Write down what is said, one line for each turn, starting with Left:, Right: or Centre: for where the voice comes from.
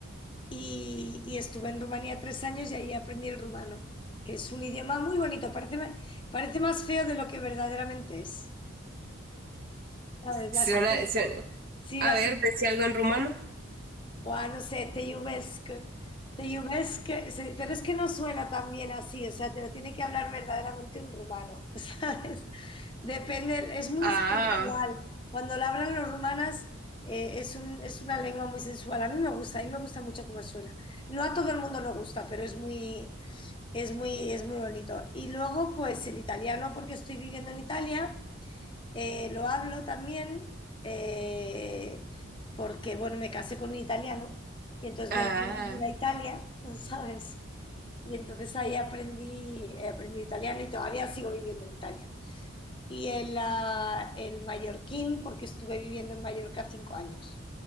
Left: y, y estuve en Rumanía tres años y ahí aprendí el rumano, que es un idioma muy bonito, parece, ma- parece más feo de lo que verdaderamente es. ¿Sabes? La
Right: suena,
Left: gente,
Right: suena.
Left: sí,
Right: A
Left: la
Right: ver, decía algo en rumano.
Left: Buah, no sé, te lluvesc. Te lluvesc, se- pero es que no suena tan bien así, o sea, te lo tiene que hablar verdaderamente un rumano, <laughs> ¿sabes? Depende, es muy
Right: Ah,
Left: sensual. Cuando lo hablan los rumanas, eh, es un- es una lengua muy sensual. A mí me gusta, a mí me gusta mucho cómo suena. No a todo el mundo le gusta, pero es muy, es muy, es muy bonito. Y luego, pues el italiano, porque estoy viviendo en Italia. Eh, lo hablo también eh, porque, bueno, me casé con un italiano y entonces
Right: ah.
Left: me vine a vivir a Italia, <laughs> ¿sabes? Y entonces ahí aprendí, eh, aprendí italiano y todavía sigo viviendo en Italia. Y el, ah, el mallorquín, porque estuve viviendo en Mallorca cinco años